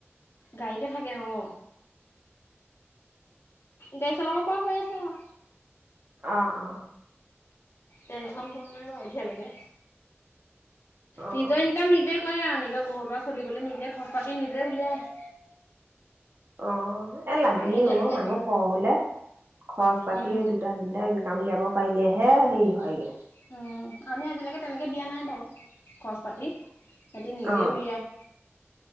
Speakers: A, on the left (about 60°); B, on the right (about 55°).
A: গাড়ীতে থাকে অ। গাড়ী চলাব পৰা হৈ আছে দেখোন
B: অ অ।
A: টেনচন হোৱা নাই বাৰু এতিয়ালৈকে।
B: অ
A: নিজৰ ইনকাম নিজে কৰে আৰু নিজৰ ঘৰ দূৱাৰ চলিবলৈ নিজে খৰচ‌ পাতি নিজেই উলিয়াই।
B: অ এ লাগেই
A: আমি তেনেকে
B: অ মানুহ সৰহ হলে খৰচ পাতি
A: উম
B: এই দুটা তিনটা ইনকাম উলিয়াব পাৰিলেহে হেৰি হয়গে।
A: উম, আমি আজিলৈকে তেনেকে দিয়া নাই বাৰু খৰচ পাতি সিহঁতি নিজে
B: অ
A: উলিয়াই।